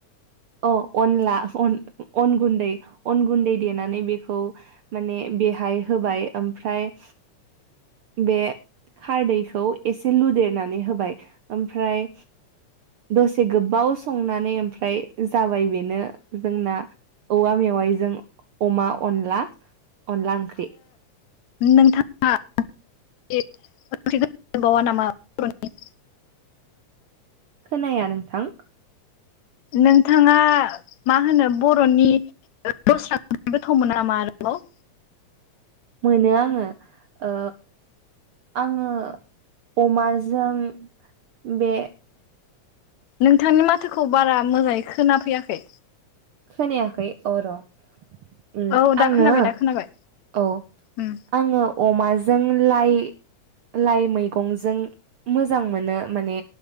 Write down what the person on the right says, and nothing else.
अ अनला अन गुन्दै अन गुन्दै देनानै बेखौ माने बेहाय होबाय ओमफ्राय बे खारदैखौ एसे लुदेरनानै होबाय ओमफ्राय दसे गोबाव संनानै ओमफ्राय जाबाय बेनो जोंना औवा मेवाइजों अमा अनला अनला ओंख्रि।
खोनाया नोंथां
मोनो आङो ओ आङो अमाजों बे
खोनायाखै अ‌ र' उम
आङो
औ
आङो अमा जों लाइ लाइ मैगंजों मोजां मोनो माने